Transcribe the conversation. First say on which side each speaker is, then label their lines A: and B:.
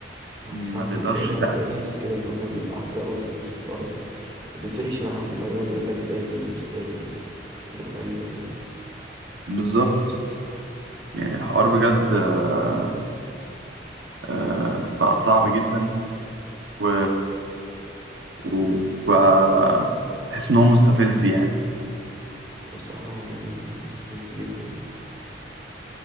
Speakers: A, on the right; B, on the right.
A: هو
B: ما
A: الصراحة
B: تقدرش
A: أنا بقيت بقيت
B: تع-
A: أحس كده إن هما بيبعزقوا الفلوس في الأرض ما بيفرقش معاهم بقى يقعد يقولك دادي ومش دادي و- حاجات غريبة فاهم
B: بالظبط يعني الحوار بجد آه، آه، بقى صعب جدا و... وبقى تحس ان هو مستفز يعني
A: هو الصراحة يعني مستفز جدا